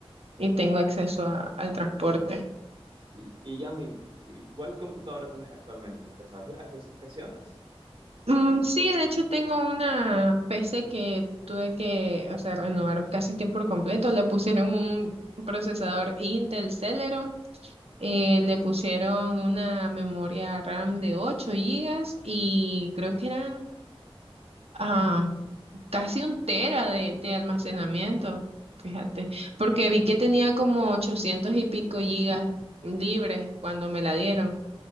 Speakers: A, on the right; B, on the right.
A: y tengo acceso a- al transporte.
B: Sí, y Yamin, ¿y cuál computadora tenés actualmente? ¿Te sabes las especificaciones?
A: Mm, sí, de hecho tengo una PC que tuve que, o sea, renovar casi que por completo. Le pusieron un procesador Intel Celeron, eh, le pusieron una memoria RAM de 8 gigas y creo que eran... ah, casi un tera de, de almacenamiento, fíjate, porque vi que tenía como 800 y pico gigas libres cuando me la dieron.